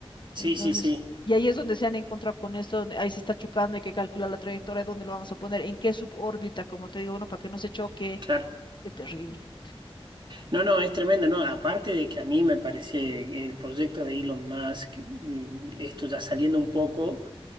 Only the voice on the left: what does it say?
Entonces,
y ahí es donde se han encontrado con esto, donde ahí se está chocando, hay que calcular la trayectoria, dónde lo vamos a poner, en qué subórbita, como te digo, bueno, para que no se choque.
Qué terrible.